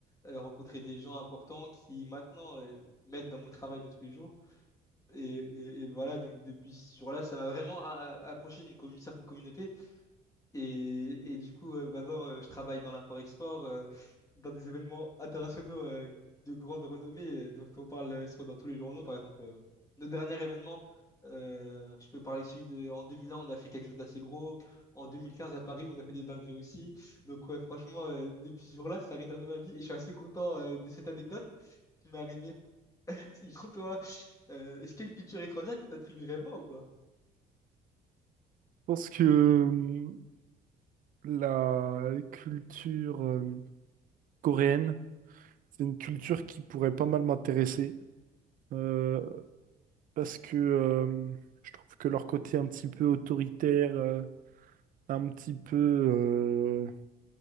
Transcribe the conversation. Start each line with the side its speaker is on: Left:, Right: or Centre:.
Left: euh, rencontrer des gens importants qui maintenant euh, m'aident dans mon travail de tous les jours. Et, et- et voilà, donc depuis ce jour-là, ça m'a vraiment a- a- approché d'une commu- certaine communauté. Et, et du coup, euh, maintenant, euh, je travaille dans l'import-export, euh, dans des événements internationaux euh, de grande renommée, euh, dont on parle euh, soit dans tous les journaux, par exemple. euh, le dernier événement, euh, je peux parler celui de... En 2001, on a fait quelque chose d'assez gros. En 2015, à Paris, on a fait des dingueries aussi. Donc, ouais, franchement, euh, depuis ce jour-là, ça rythme un peu ma vie. Et je suis assez content euh, de cette anecdote qui m'est arrivée. <laughs> Sinon, toi, euh, est-ce qu'il y a une culture étrangère qui t'intrigue vraiment ou pas?
Right: pense que euh, la culture euh, coréenne, c'est une culture qui pourrait pas mal m'intéresser. euh, parce que euh, je trouve que leur côté un petit peu autoritaire. euh, un petit peu euh,